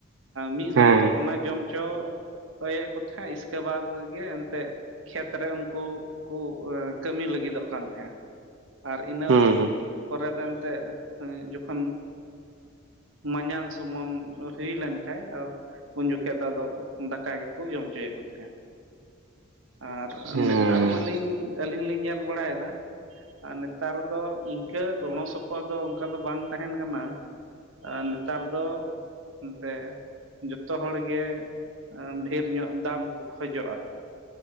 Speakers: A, on the right (about 85°); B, on the right (about 70°).
A: ᱢᱤᱫ
B: ᱦᱮᱸ
A: ᱫᱚᱚᱢ ᱫᱚ ᱚᱱᱟ ᱡᱚᱢ ᱪᱚ ᱦᱚᱭᱮᱫ ᱠᱚ ᱛᱟᱦᱮᱸᱫ ᱤᱥᱠᱮ ᱵᱟᱫᱽ ᱜᱮ ᱮᱱᱛᱮᱜ ᱠᱷᱮᱛ ᱨᱮ ᱩᱱᱠᱩ ᱠᱩ ᱠᱟᱹᱢᱤ ᱞᱟᱹᱜᱤᱫᱚᱜ ᱠᱟᱱ ᱛᱟᱦᱮᱸᱱᱟ ᱟᱨ ᱤᱱᱟᱹ
B: ᱦᱮᱸ
A: ᱯᱚᱨᱮ ᱫᱚ ᱮᱱᱛᱮᱜ ᱡᱚᱠᱷᱚᱱ ᱢᱟᱡᱟᱢ ᱥᱚᱢᱟᱱ ᱦᱩᱭ ᱞᱮᱱᱠᱷᱟᱡ ᱩᱱ ᱡᱚᱠᱷᱮᱡ ᱫᱚ ᱟᱫᱚ ᱫᱟᱠᱟ ᱜᱮᱠᱚ ᱡᱚᱢ ᱚᱪᱚᱭᱮᱫ ᱠᱚ ᱛᱟᱦᱮᱸᱫ᱾ ᱟᱨ
B: ᱦᱮᱸ
A: ᱱᱮᱛᱟᱨ ᱢᱟᱞᱤᱝ ᱟᱹᱞᱤᱧ ᱦᱚᱞᱤᱧ ᱞᱤᱧ ᱧᱮᱞ ᱵᱟᱲᱟᱭᱫᱟ ᱟᱨ ᱱᱮᱛᱟᱨ ᱫᱚ ᱤᱝᱠᱟᱹ ᱜᱚᱲᱚ ᱥᱚᱯᱚᱦᱚᱫ ᱫᱚ ᱚᱝᱠᱟ ᱫᱚ ᱵᱟᱝ ᱛᱟᱦᱮᱱ ᱠᱟᱱᱟ, ᱱᱮᱛᱟᱨ ᱫᱚ ᱚᱱᱛᱮ ᱡᱚᱛᱚ ᱦᱚᱲ ᱜᱮ ᱰᱷᱮᱨ ᱧᱚᱜ ᱫᱟᱢ ᱠᱚ ᱠᱷᱚᱡᱚᱜᱼᱟ,